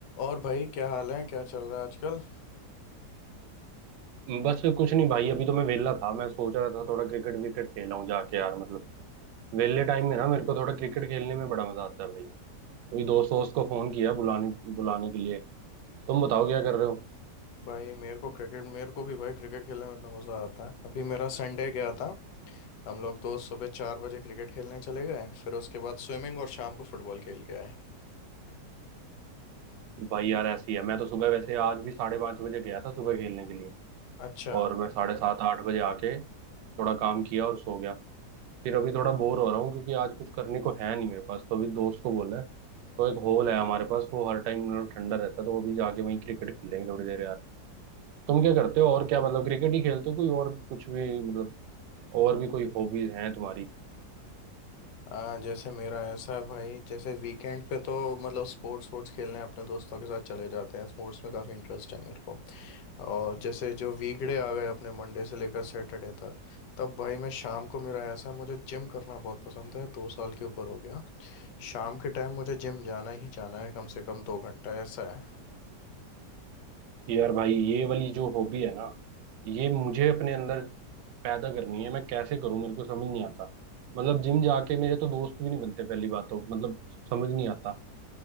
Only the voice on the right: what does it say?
बस कुछ नहीं भाई अभी तो मैं वेला था मैं सोच रहा था थोड़ा क्रिकेट विकेट खेला हूँ जाके यार मतलब वेले टाइम में ना मेरे को थोड़ा क्रिकेट खेलने में बड़ा मजा आता है भाई कोई दोस्त वोस्त को फोन किया बुलाने बुलाने के लिए तुम बताओ क्या कर रहे हो
भाई यार ऐसी है मैं तो सुबह वैसे आज भी साढ़े पाँच बजे गया था सुबह खेलने के लिए
और मैं साढ़े सात आठ बजे आके थोड़ा काम किया और सो गया फिर अभी थोड़ा बोर हो रहा हूँ क्योंकि आज कुछ करने को है नहीं मेरे पास तो अभी दोस्त को बोला है तो एक हॉल है हमारे पास वो हर टाइम मतलब ठंडा रहता है तो अभी जाके वहीं क्रिकेट खेलेंगे थोड़ी देर यार तुम क्या करते हो और क्या मतलब क्रिकेट ही खेलते हो कोई और कुछ भी मतलब और भी कोई हॉबीज हैं तुम्हारी
यार भाई ये वाली जो हॉबी है ना ये मुझे अपने अंदर पैदा करनी है मैं कैसे करूं मेरे को समझ नहीं आता मतलब जिम जाके मेरे तो दोस्त भी नहीं बनते पहली बात तो मतलब समझ नहीं आता